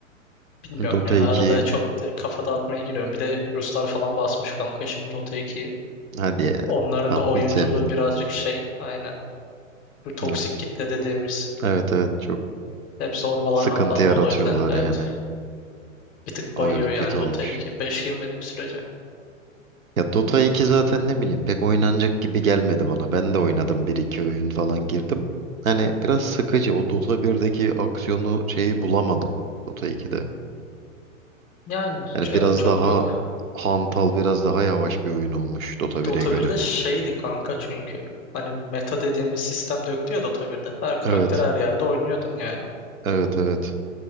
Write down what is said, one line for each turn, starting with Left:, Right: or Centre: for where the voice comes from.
Left: Bilmiyorum
Right: Dota
Left: ya. Arada
Right: 2
Left: çok kafa dağıtmaya giriyorum. Bir de Ruslar falan basmış kanka şimdi Dota 2'yi.
Right: hadi ya.
Left: Onların
Right: Tam
Left: da oyunculuğu
Right: hiç sevmedim.
Left: birazcık şey. Aynen. Bu toksik
Right: Evet
Left: kitle dediğimiz.
Right: evet, evet, çok
Left: Hep zorbalarla
Right: sıkıntı
Left: falan
Right: yaratıyorlar
Left: dolu. O yüzden evet.
Right: yani.
Left: Bir tık
Right: O
Left: bayıyor yani
Right: kötü olmuş.
Left: Dota 2. 5 girmediğim sürece.
Right: Ya Dota 2 zaten ne bileyim pek oynanacak gibi gelmedi bana. Ben de oynadım bir iki oyun falan girdim. Hani biraz sıkıcı o Dota 1'deki aksiyonu şeyi bulamadım Dota 2'de.
Left: Yani ç-
Right: Yani
Left: evet
Right: biraz
Left: çok
Right: daha
Left: yok.
Right: hantal biraz daha yavaş bir oyun olmuş Dota 1'e
Left: Dota
Right: göre.
Left: birde şeydi kanka çünkü. Hani meta dediğimiz sistem de yoktu ya Dota birde Her karakter
Right: Evet.
Left: her yerde oynuyordun yani.
Right: Evet evet.